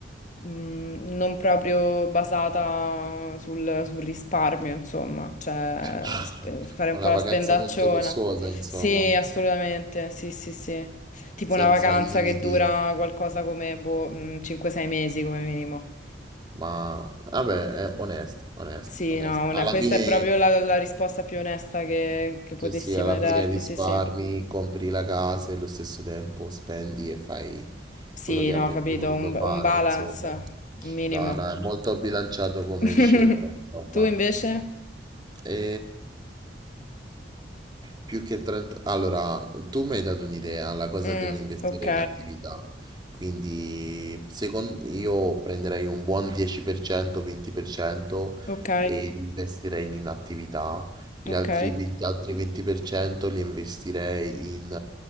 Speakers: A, on the left; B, on the right.
A: mh, non proprio basata sul, sul risparmio, insomma, cioè
B: <laughs>
A: spe- fare un
B: Una
A: po' la
B: vacanza
A: spendacciona.
B: molto lussuosa, insomma,
A: Sì, assolutamente, sì, sì, sì. Tipo una
B: senza
A: vacanza
B: limiti,
A: che dura qualcosa come, boh, 5-6 mesi come minimo.
B: ma vabbè, è onesto, onesto,
A: Sì,
B: onesto.
A: no, una-
B: Alla
A: questa
B: fine
A: è proprio la, la risposta più onesta che, che potessi
B: Sì, sì, alla
A: mai
B: fine
A: darti,
B: risparmi,
A: sì, sì.
B: compri la casa e allo stesso tempo spendi e fai
A: Sì,
B: quello che
A: no,
B: avresti
A: capito,
B: voluto
A: un,
B: fare,
A: un balance,
B: insomma.
A: un minimo.
B: No, no, è molto bilanciato come
A: <laughs>
B: scelta, insomma.
A: Tu invece?
B: E... Più che 30... Allora, tu mi hai dato un'idea, la cosa
A: Mm,
B: dell'investire
A: ok,
B: in attività. Quindi, secondo io prenderei un buon 10%, 20%
A: ok,
B: e li investirei in attività. Gli
A: ok.
B: altri 20, altri 20% li investirei in